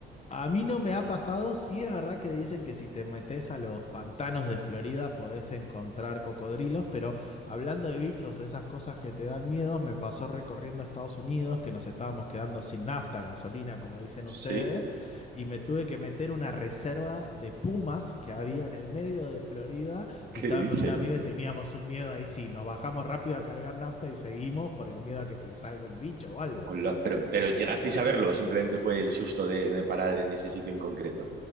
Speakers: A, on the left; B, on the right.
A: A mí no me ha pasado, sí es verdad que dicen que si te metes a los pantanos de Florida podés encontrar cocodrilos, pero hablando de bichos o esas cosas que te dan miedos, me pasó recorriendo Estados Unidos que nos estábamos quedando sin nafta, gasolina, como dicen
B: ¿Sí?
A: ustedes, y me tuve que meter una reserva de pumas que había en el medio de Florida
B: <laughs> ¿Qué
A: y estaba
B: dices?
A: con un amigo y teníamos un miedo ahí sí, nos bajamos rápido a cargar nafta y seguimos por el miedo a que te salga un bicho o algo.
B: Hola. Pero, pero ¿llegasteis a verlo o simplemente fue el susto de, de parar en ese sitio en concreto?